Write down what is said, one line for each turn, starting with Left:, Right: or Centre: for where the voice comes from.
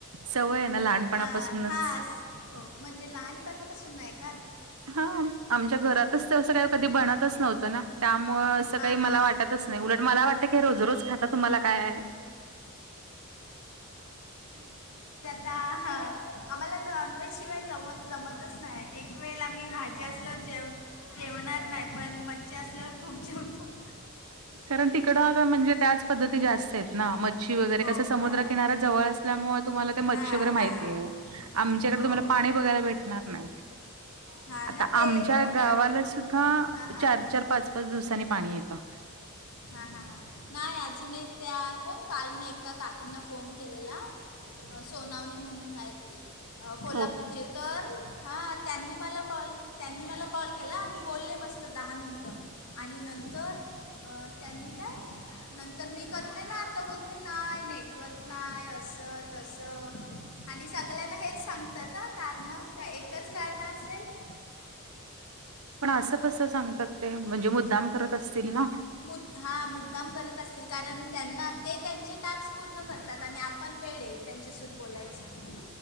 Right: सवय आहे ना लहानपणापासूनच
Left: हां हां. हो म्हणजे लहानपणापासून नाही का.
Right: हा आमच्या घरातच तेसं काही कधी
Left: हां हां
Right: बनतच नव्हतं ना त्यामुळ असं
Left: हां
Right: काही मला
Left: हां
Right: वाटत. नाही उलट मला वाटतं. हे रोज रोज खातं तुम्हाला काय आहे.
Left: हाह आम्हाला नॉनव्हेज शिवाय जमत जमतच नाही एक वेळ आम्ही भाजी असलो जेव. जेवणार नाही पण मज्जा असल्यावर खूप जेवतो.
Right: कारण तिकडंता म्हणजे त्याच पद्धती जास्त आहेत ना मच्छी वगैरे
Left: हो
Right: कसं समुद्रकिनाऱ्या
Left: हां
Right: जवळ. त्यामुळे तुम्हाला ते मच्छी
Left: हां
Right: वगैरे माहितीय
Left: हां
Right: आहे आमच्याकडे
Left: हो
Right: तुम्हाला पाणी बघायला भेटणार नाही.
Left: हा
Right: आता
Left: ना ते
Right: आमच्या
Left: कोण
Right: गावाला
Left: आत-
Right: सुद्धा
Left: हा हा
Right: चार चार पाच पाच दिवसांनी पाणी येतं
Left: हा हा हा नाही अजून एक त्या कोण काल मी एका काकींना फोन केलेला सोनावणे म्हणून आहेत ते कोल्हापूरचे
Right: ओके
Left: तर हा त्यांनी मला कॉल त्यांनी मला कॉल केला आम्ही खोलले मस्त दहा मिनटं आणि नंतर अ त्यांनी काय नंतर मी करते ना आता बोलते नाही नेटवर्क नाही असं तस. आणि सगळ्यांना हेच सांगत कारणं का एकच कारणं असेल.
Right: पण असं कसं सांगतात ते म्हणजे मुद्दाम करत असतील ना.
Left: मुद्दाम हा मुद्दाम करत असतील कारण त्यांना ते त्यांचे टास्क पूर्ण करतात आणि आपण वेडे. त्यांच्यासोबत बोलायचं.